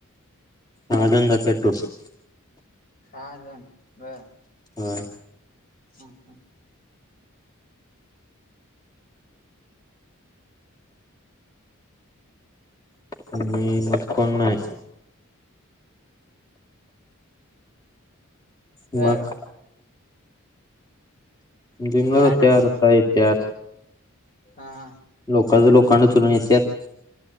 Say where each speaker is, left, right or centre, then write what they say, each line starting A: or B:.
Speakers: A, on the left; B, on the left.
A: हा घेऊन जाते टोपी.
B: सहाजण बरं.
A: होय.
B: हं हं.
A: आणि मग कोण नाही.
B: बर
A: मग? जिमला
B: काय
A: जात्या
B: ना बा
A: सकाळी येत्या.
B: हा हा.
A: लोक लोकांना चुरून येतात.